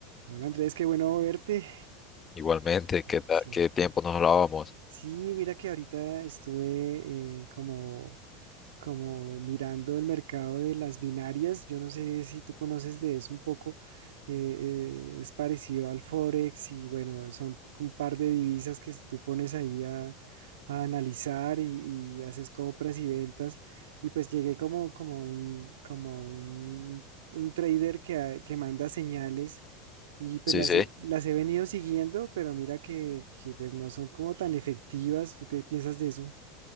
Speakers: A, on the right; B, on the left.
A: Hola Andrés, qué bueno verte.
B: Igualmente, ¿qué, ta-
A: Sí,
B: qué tiempo nos hablábamos?
A: sí, mira que ahorita estuve eh, como como mirando el mercado de las binarias. Yo no sé si tú conoces de eso un poco. eh, eh, es parecido al Forex y bueno, son un par de divisas que tú pones ahí a, a analizar y, y haces compras y ventas. Y pues llegué como, como un, como un, un trader que, a- que manda señales. Y pues
B: Sí,
A: las
B: sí.
A: he, las he venido siguiendo, pero mira que, que pues no son como tan efectivas. ¿Tú qué piensas de eso?